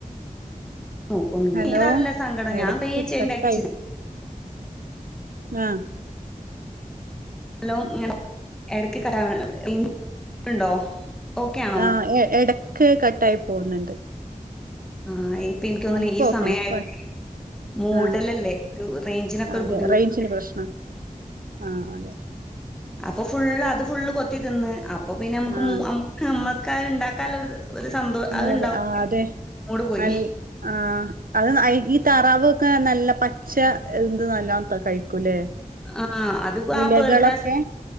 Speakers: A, in the centre; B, on the right.
A: നോക്കൊന്നുല്ല്യാ.
B: ഹലോ
A: ഇതല്ല സങ്കടം
B: എടക്ക്
A: ഞാൻ തൈവച്ച്ണ്ടാക്കിച്ചത്.
B: കട്ടായി ആഹ്
A: <unintelligible> എടയ്ക്ക് <unintelligible> ണ്ടോ? ഓക്കെ ആണോ
B: ആഹ് എ എടയ്ക്ക് കട്ടായി പോകുന്നുണ്ട്.
A: ആഹ് ഇപ്പ എനിക്ക് തോന്നുണ്
B: ആഹ് ഇപ്പൊ
A: ഈ
B: ഓക്കെയാണ്
A: സമയായി
B: ഇപ്പ
A: മൂടലല്ലേ?
B: ആഹ്
A: ഒരു റേഞ്ചിനൊക്കെ
B: അതെ
A: ഒരു ബുദ്ധിമുട്ട്
B: റേഞ്ചിന്റെ പ്രശ്നം ആഹ് അതെ
A: അപ്പോ ഫുള്ള് അത് ഫുള്ള് കൊത്തി തിന്ന്. അപ്പോ പിന്നെ നമ്മുക്ക്
B: ആഹ്
A: മു അമുക്ക് നമ്മക്കത് ഇണ്ടാക്കാൻള്ള ഒര്ത് ഒരു സന്തോ
B: മൂട്
A: അത്ണ്ടാവും.
B: ആഹ് അതെ
A: മൂഡ് പോയി.
B: നൽ ആഹ് അത് നാ ഈ ഈ താറാവ് ഒക്കെ നല്ല പച്ച എന്ത് നല്ലാ ത കഴിക്കൂലേ?
A: ആഹ് അതിപ്പോ ആ
B: ഇലകളൊക്കെ
A: പേൾ ഗ്രാസ്